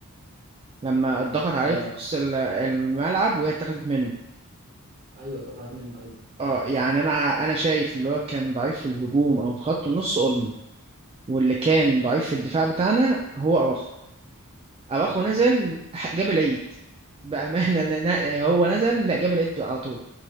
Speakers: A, on the right (about 25°); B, on the right (about 45°).
A: لما اتضغط عليه
B: اه
A: في نص ال- الملعب وهي اتاخدت منه
B: ايوه اتقطعت منه ايوه
A: اه يعني انا انا شايف اللي هو كان ضعيف في الهجوم او في خط النص اولمو واللي كان ضعيف في الدفاع بتاعنا هو اراخو اراخو نزل ح- جاب العيد بامانه <laughs> أنا- أنا- هو نزل لا جاب العيد على طول